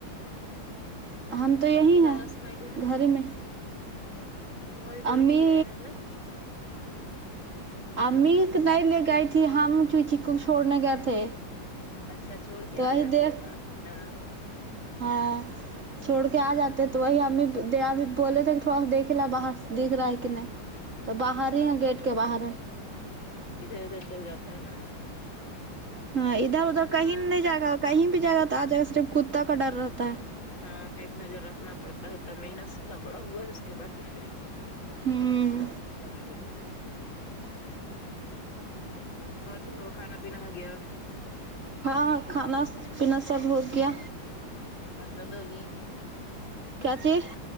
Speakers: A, on the right; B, on the left.
A: ہم تو یہی
B: امی کا
A: ہیں
B: آواز سنائی دے رہا
A: گھر ہی میں
B: تو ممی بولی
A: امی
B: تھی گئے ہیں ادھر
A: امی نہیں لے گئی تھی ہم چوچی کو چھوڑنے گئے تھے
B: اچھا چھوڑ کے
A: تو وہی
B: آ جاتی
A: دیکھ
B: ہے ساتھ میں نا
A: ہاں چھوڑ کے آ
B: ہاں
A: جاتے تو وہی امی دیاب بولے تھے کہ تھوڑا سا دیکھے لا باہر دیکھ رہا ہے کہ نہیں تو باہر
B: ہاں
A: ہی ہے گیٹ کے باہر ہے
B: ادھر ادھر چل جاتا ہے نا
A: ہاں ادھر ادھر
B: ہاں
A: کہیں نہیں جائے گا کہیں بھی جائے گا تو آ جائے گا صرف کتا کا ڈر رہتا ہے
B: ہاں ایک نظر رکھنا پڑتا ہےتب محنت اتنا بڑا ہوا ہے اس کے بعد تو پھر
A: ہوں
B: ہم لگے گا اور تم لوگ کھانا پینا ہو گیا
A: ہاں ہاں کھانا پینا سب ہو گیا
B: <unintelligible>
A: کیا جی